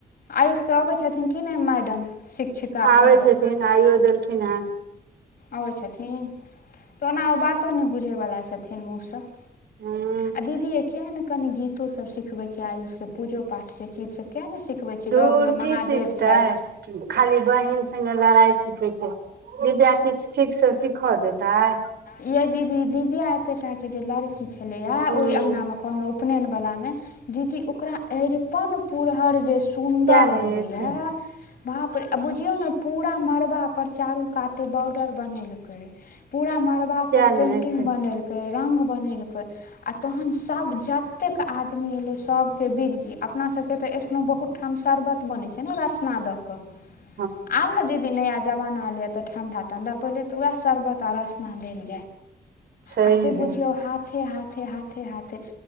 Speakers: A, on the left (about 65°); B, on the right (about 85°).
A: आयुषके अबै छथिन कि नै मैडम। शिक्षिका
B: आबै
A: पढ़बऽ
B: छथिन आइो दलखीन हेँ।
A: अबै छथिन तऽ ओना ओ बातो नहि बुझै बला छथिन मुँह सँ।।
B: हँ।
A: आ दीदी किएक नहि कनी गीतो सब सिखबै छै, आयुषके पूजो पाठ से चीज सब किआक नहि सिखबै छी,
B: धूर
A: लगमे
B: की
A: महादेव
B: सिखतै
A: छथि।
B: खाली बहिन से लड़ाई सीखे छैया, किछु ठीक से सीख देत। तइ।
A: ये दीदी दिव्यिया एते टा के जे लड़की छले, ये
B: हूँ
A: ओई अंगना मे कहलहु उपनयन वाला में दीदी एरता में पुरहर जै। सुंन्दर
B: किया नहि
A: अबे
B: एतै
A: या बाप बुझियौ ने पूरा मड़बा पर चारू काते बॉर्डर बनेलक पूरा मड़बा
B: किया
A: पर पेंटिंग
B: नहि एतै
A: बनेलक रङ्ग बनेलक आ तहन सभ जतेक आदमी, एलै सभके बिग जी अपनासभके तऽ एखनोहु बहुत ओहिठाम शर्बत बनै छै, ने रासना द के
B: ह
A: आउ ने दीदी नया जमाना ले, तऽ ठण्डा ठण्डा पहिले, तऽ उएह शर्बत आ रस्ना देली।
B: छैहे
A: आ से बुझिय हाथ हाथ हाथ हाथ